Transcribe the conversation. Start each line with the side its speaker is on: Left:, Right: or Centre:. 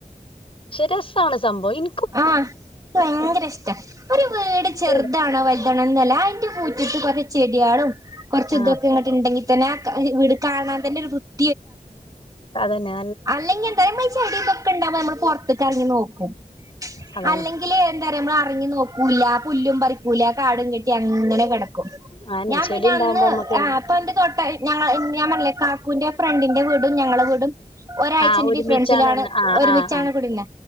Left: ക്ഷേ രസാണ് സംഭവം ഇൻ
Right: ആ എനിക്ക് ഭയങ്കര ഇഷ്ടാ ഒരു വീട് ചെറുതാണോ
Left: പൂട്
Right: വലുതാണോ എന്നല്ല അയിന്റെ മു ൻക്ക് കൊറച്ച് ചെഡ്യാളും കൊറച്ചു
Left: ആഹ്
Right: തൊക്കെ ണ്ടെങ്കിൽ ആ വീട് കാണാൻ തന്നെ ഒരു വൃത്തിയാ
Left: അതെന്നെ
Right: അല്ലെങ്കിൽ എന്താ നമ്മൾ ഈ ചെടിയൊക്കെ ഇത് ഉണ്ടാകുമ്പോൾ നമ്മൾ പൊറത്ത് ത്ത്ക്കെറങ്ങി നോക്കും <unintelligible>
Left: അതാണ്
Right: അല്ലെങ്കിലേ എന്താ ഞമ്മളെറങ്ങി നോക്കൂല പുല്ലും പറിക്കൂല കാടും കെട്ടി അങ്ങനെ കെടക്കും ക്കും
Left: അതന്നെ
Right: ഞാൻ
Left: ചെടി
Right: പിന്നന്ന്
Left: ഇണ്ടാവുമ്പോ അമ്മക്ക് അയിന്റെ
Right: ആ പിന്നെന്റെ തൊട്ട് ഞങ്ങള് ഞാം പറഞ്ഞിലെ കാക്കൂന്റെ ഫ്രണ്ടിന്റെ വീടും ഞങ്ങളെ വീടും ഒരായ്ച്ചന്റെ
Left: ആഹ് ഒരുമിച്ചാണ്ന്ന്
Right: ഡിഫ്റെൻസിലാണ്
Left: ആഹ്
Right: ഒര്മിച്ചാണ്
Left: ആഹ് ആഹ്
Right: കുടിര്ന്നേ